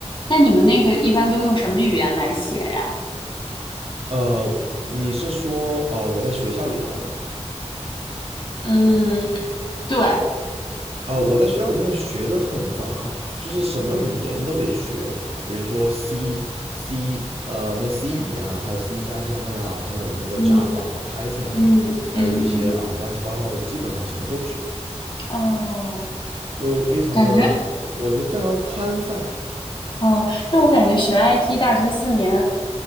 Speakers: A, on the left (about 45°); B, on the right (about 60°).
A: 那你们那个一般都用什么语言来写呀？
B: 呃，你是说呃我在学校里头吗？
A: 嗯，对，
B: 啊、我在学校里面学的很杂，就是什么语言都得学，比如说 C、C 呃那个 C 语言啊，还有 C 加加呀，还有那个
A: 嗯
B: Java 啊 Python
A: 嗯嗯嗯，
B: 啊，还有一些啊乱七八糟的，基本上什么都学，
A: 哦，
B: 就非常的，
A: 感觉
B: 我觉得非常宽泛。
A: 哦，那我感觉学 IT 大学四年。